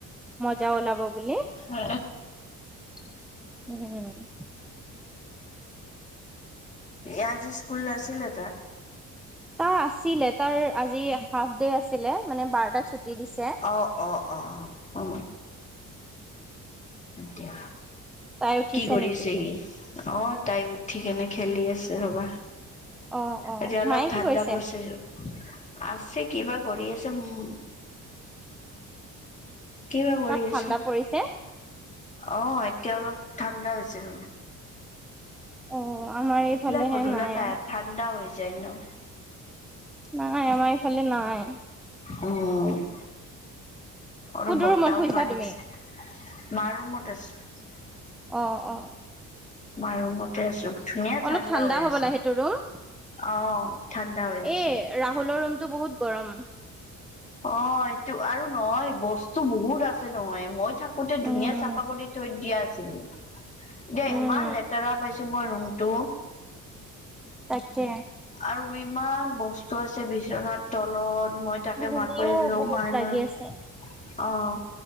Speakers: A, in the centre; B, on the left (about 20°).
A: মজা ওলাব বুলি।
B: হ
A: উম
B: আজি স্কুল নাছিলে তাৰ
A: তাৰ আছিলে তাৰ আজি হাফ ডে আছিলে মানে বাৰটা। দিছে।
B: অ অ অ উ দিয়া
A: তাই উঠিছে
B: কি কৰিছেহি
A: নেকি?
B: অ তাই উঠিকেনে খেলি আছে ৰবা।
A: অ', অ',
B: এতিয়া অলপ
A: মায়ে
B: ঠাণ্ডা
A: কি কৰিছে?
B: পৰিছে যে। আছে কিবা কৰি আছে উম। কিবা কৰি
A: তাত ঠাণ্ডা
B: আছে
A: পৰিছে?
B: অ এতিয়া অলপ ঠাণ্ডা হৈছে ৰ।
A: অ', আমাৰ
B: ৰুম
A: এইফালেহে
B: বিলাক গধলতে
A: নাই,
B: ঠাণ্ডা হৈ যায় ন।
A: নাই আমাৰ এইফালে নাই।
B: উম আৰু
A: কোনটো
B: বতাও
A: ৰুমত শুইছা
B: মাৰি
A: তুমি?
B: আছে। মাৰৰুমত আছো।
A: অ অ
B: মা ৰূমতে আছো। ধুনীয়া
A: অলপ ঠাণ্ডা
B: হৈ
A: হ'ব
B: আছে
A: লা সেইটো ৰুম
B: অ', ঠাণ্ডা হৈ আছে।
A: এ ৰাহুলৰ ৰুম টো বহুত গৰম।
B: অ' এইটো আৰু নহয় বস্তু বহুত আছে নহয় মই থাকোতে ধুনীয়া
A: উম,
B: চাফা কৰি থৈ দিয়া আছিলোঁ এতিয়া
A: উম,
B: ইমান লেতেৰা পাইছো মই ৰুম টো।
A: তাকে
B: আৰু ইমান বস্তু আছে বিচনাৰ তলত। মই তাকে
A: ধূলিও
B: মাক কৈ আছিলো
A: বহুত
B: অ মা ইমান
A: লাগি
B: অ'।
A: আছে।